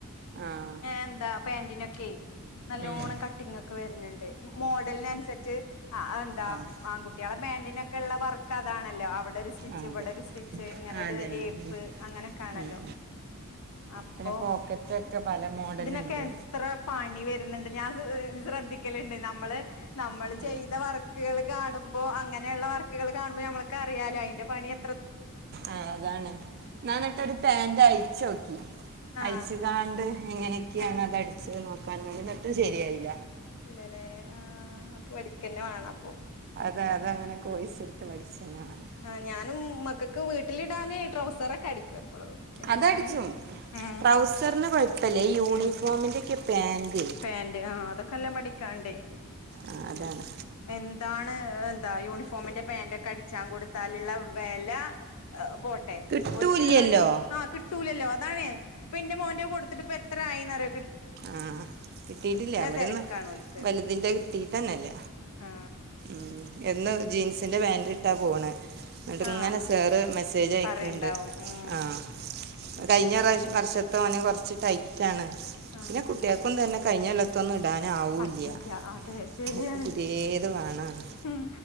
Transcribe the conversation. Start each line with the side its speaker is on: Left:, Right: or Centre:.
Right: ആഹ്
Left: എന്താ പാന്റ്നൊക്കെ നല്ലോണം
Right: ഉം
Left: കട്ടി ഒക്കെ വര്ന്ണ്ട് മോഡലിനനുസരി ച്ച് ആ എന്താ
Right: ആഹ്
Left: ആൺകുട്ടികളെ പാന്റ് നൊക്കെ ഉള്ള വർക്ക് അതാണല്ലോ അവിടെ ഒരു സ്റ്റിച്ച്
Right: ആഹ്
Left: ഇവിടെ
Right: അതെ
Left: ഒരു സ്റ്റി ച്ച് ഇങ്ങനെ
Right: ആഹ്
Left: ഒരു
Right: അതന്നെ
Left: ഏപ്പ്
Right: അതന്നെ
Left: അങ്ങനെക്കാണല്ലോ
Right: ഉം
Left: അപ്പം
Right: പിന്നെ പോക്കറ്റൊക്കെ പല മോഡല്ണ്ട്
Left: ഇതിനൊക്കെ എത്ര പണി വരുന്നുണ്ട് ഞാൻശ്ര ശ്രദ്ധിക്കലുണ്ട് നമ്മള് നമ്മള് ചെയ്ത
Right: ആഹ്
Left: വർ ക്ക്കൾ കാണുമ്പോ അങ്ങനെയുള്ള വർക്കുകൾ കാണുമ്പ നമ്മൾക്ക റിയാലോ അയിന്റെ പണി എ
Right: ആഹ് അതാണ് ഞാങ്ങട്ടൊരു പാന്റ് അഴിച്ചോക്കി
Left: ആഹ്
Right: അയ്ച്ച്കാണ്ട് എങ്ങനെയൊക്കെയാണ്
Left: ആഹ്
Right: അത് അടിച്ചത് നോക്കാൻ വേണ്ടി ന്നട്ടും ശരിയായില്ല
Left: ഇല്ലല്ലേ ആ അപ്പ പഠിക്കന്നെ വേണ അപ്പൊ
Right: അത അത അങ്ങനെ കോഴസ് എടുത്ത് പഠിച്ചന്നെ മാണ്ണം
Left: ആ ഞാനും മക്കൾക്ക് വീട്ടിലിടാന് ട്രൗസറൊക്കെ അടിക്കും എപ്പളും എന്റെ
Right: അത്
Left: മോന്
Right: അടിച്ചും
Left: ഉം
Right: ട്രൗസറിന് കുഴപ്പല്ല ഈ യൂണിഫോമിൻ്റെയൊക്കെ
Left: ഉം
Right: പാന്റ്
Left: പാന്റ് ആ അതൊക്കെ നല്ലോ പഠിക്കാണ്ടേ
Right: ആഹ് അതാണ്
Left: എന്താണ് എന്താ യൂണിഫോമിന്റെ പാന്റ് ഒക്കെ അടിച്ചാ കൊടു താല് ള്ള വെല പോട്ടെ
Right: കിട്ടൂല്ലല്ലോ
Left: ഓൽക്ക്ള്ള ഒരു ആ കിട്ടൂലല്ലോ അതാണേ ഇപ്പ ഇന്റെ മോന്റെ കൊടുത്തിട്ട് ഇപ്പ എ ത്രയിന്നറിയോ
Right: ആഹ് കിട്ടീട്ടില്ല ഇവിടെ
Left: തിരക്കാണ്
Right: ന്നും
Left: ഓൽക്ക്
Right: വലുതിന്റെ കിട്ടീട്ടന്നല്ല
Left: ആ
Right: മ് എന്നും ജീൻസിൻ്റെ പാന്റ് ഇട്ടാ പോണ ഇങ്ങട്ട്
Left: ആ
Right: ഇങ്ങനെ സാറ് മെസ്സേജ് അയക്ക്ണ്ട്
Left: പറയണ്ടാവും ഉം
Right: ആഹ് കഴിഞ്ഞ റാ വർഷത്തോഓന് കൊറ്ച്ച് ടൈറ്റ് ആണ്
Left: ആ
Right: <unintelligible> കുട്ട്യെൾക്കും തന്നെ കഴിഞ്ഞൊല്ല ത്തൊന്നും ടാനാവൂല്ല്യാ.
Left: പറ്റൂല അതെ ശരിയാണ്
Right: ഇൻക്കു പുത്യേത് വേണാണു.
Left: ഉം